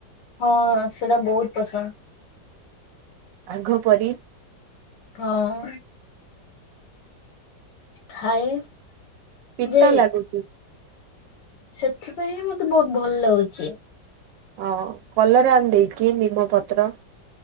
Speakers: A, on the left; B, on the right.
A: ହଁ ସେଟା ବହୁତ ପସନ୍ଦ।
B: ଆଘ ପରି
A: ହଁ ଅ। ଖାଏ।
B: ପିତା
A: ଯେ
B: ଲାଗୁଚି।
A: ସେଥିପାଇଁ ହିଁ ମତେ ବହୁତ ଭଲ ଲାଗୁଚି।
B: ଅଁ କଲରା ଆଣି ଦେଇକି ନିମ୍ବପତ୍ର।